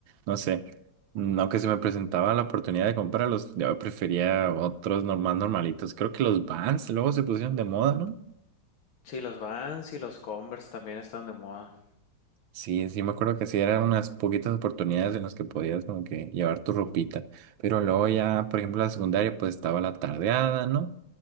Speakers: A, on the right; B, on the left.
A: no sé, mm, aunque se me presentaba la oportunidad de comprarlos, yo prefería otros normal normalitos. Creo que los Vans luego se pusieron de moda, ¿no?
B: Sí, los Vans y los Converse también están de moda.
A: Sí, sí me acuerdo que sí eran unas poquitas oportunidades en las que podías como que llevar tu ropita. Pero luego ya, por ejemplo, la secundaria pues estaba la tardeada, ¿no?